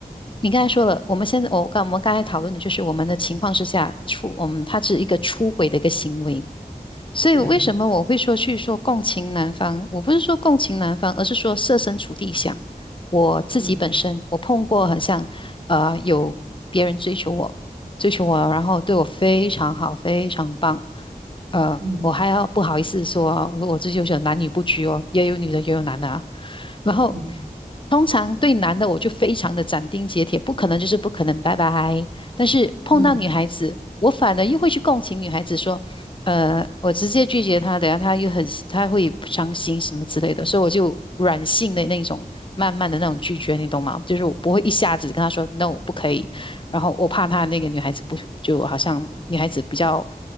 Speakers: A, on the left; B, on the right.
A: 你刚才说了，我们现在我刚我们刚才讨论的就是我们的情况之下出，我们它是一个出轨的一个行为。所以为什么我会说去说共情男方？
B: 对，
A: 我不是说共情男方，而是说设身处地想我自己本身，
B: 嗯
A: 我碰过很像呃有别人追求我，追求我，然后对我非常好，非常棒，呃，
B: 嗯
A: 我还要不好意思说我追求者男女不拘哦，也有女的也有男的啊。然后
B: 嗯
A: 通常对男的我就非常的斩钉截铁，不可能就是不可能，拜拜。但是碰到女孩子，
B: 嗯，
A: 我反而又会去共情女孩子，说，呃，我直接拒绝她，等下她又很她会不伤心什么之类的，所以我就软性的那种，慢慢的那种拒绝，你懂吗？就是我不会一下子跟她说 no 不可以，然后我怕她那个女孩子不就好像女孩子比较。